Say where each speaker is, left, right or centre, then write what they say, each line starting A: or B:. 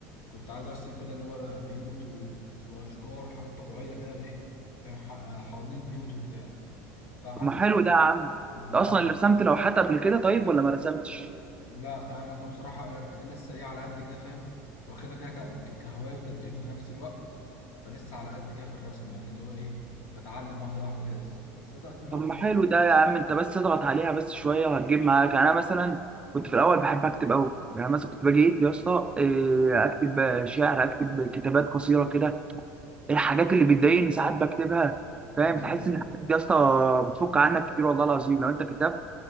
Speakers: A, on the left; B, on the right.
A: كنت عايز ارسم كده اللي هو بيوت و... واشجار حاجات طبيعيه كده ايه فاهم ح- حوالين البيوت وبتاع فقعدت
B: طب ما
A: بصراحه
B: حلو ده يا عم انت
A: بالظبط
B: اصلا اللي رسمت لوحات قبل كده طيب ولا ما رسمتش
A: لا انا كنت بصراحه لسه ايه على قد كده فاهم واخدها كده ك- ك- كهوايه وتدريب في نفس الوقت فلسه على قد كده في الرسم يعني اللي هو ايه بتعلم واحده واحده كده لسه بس بدات النهارده
B: طب ما
A: ايه
B: حلو ده يا عم انت بس اضغط عليها بس شويه وهتجيب معاك يعني انا مثلا كنت في الاول بحب اكتب قوي يعني مثلا كنت باجي ايه يا اسطى إيه، اكتب شعر اكتب كتابات قصيره كده الحاجات اللي بتضايقني ساعات بكتبها فاهم
A: ايوه
B: تحس ان الحاجات دي يا اسطى بتفك عنك كتير والله العظيم لو انت كتاب